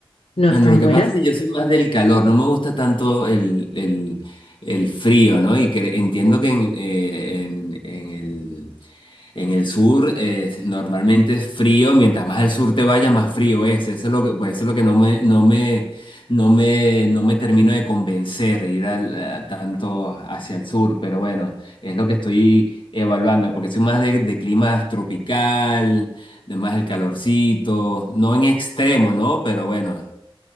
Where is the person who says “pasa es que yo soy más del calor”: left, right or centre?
Left